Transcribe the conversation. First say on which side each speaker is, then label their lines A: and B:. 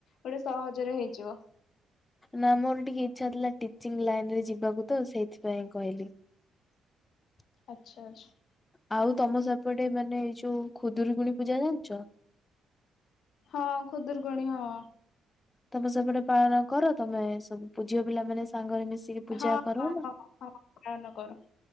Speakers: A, on the left; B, on the left.
A: ଗୋଟେ ସହଜରେ ହେଇଯିବ।
B: ନା ମୋର ଟିକେ ଇଚଛା ଥିଲା, ଟିଚିଂ ଲାଇନ ରେ ଯିବାକୁ ତ। ସେଇଥିପାଇଁ କହିଲି। <inaudible>
A: ଆଚ୍ଛା ଆଛ।
B: ଆଉ ତମ ସପଟେ, ମାନେ ଏଇ ଯୋଉ ଖୁଦୁୁରୀକୁୁଣି ପୂଜା ଜାଣିଚ?
A: ହଁ, ଖୁଦୁରକୁଣୀ। ହଁ।
B: ତମେ ସେପଟେ ପାଳନ କର ତମେ ସବୁ ଝିଅ ପିଲା ମାନେ, ସାଙ୍ଗହେଇକି ମିଶିକି ପୂଜା
A: ହଁ,
B: କର
A: ହଁ,
B: ନା?
A: ହଁ, ହଁ ପାଳନ କରୁ।